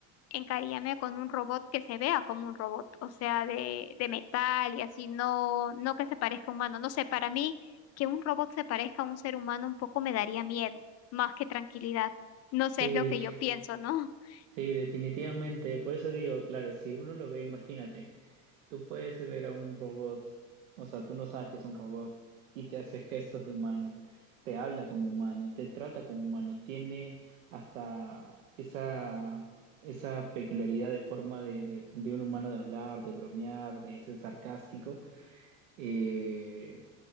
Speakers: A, on the left; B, on the right.
A: encariñarme con un robot que se vea como un robot, o sea, de, de metal y así, no, no que se parezca a humano. No sé, para mí que un robot se parezca a un ser humano un poco me daría miedo, más que tranquilidad. No sé,
B: Sí,
A: es lo que
B: <laughs>
A: yo pienso, ¿no? <laughs>
B: sí, definitivamente. Por eso digo, claro, si uno lo ve, imagínate. Tú puedes ver a un robot, o sea, tú no sabes que es un robot y te hace gestos de humano, te habla como humano, te trata como humano, tiene hasta esa, esa peculiaridad de forma de, de, de un humano de hablar, de bromear, de ser sarcástico eh,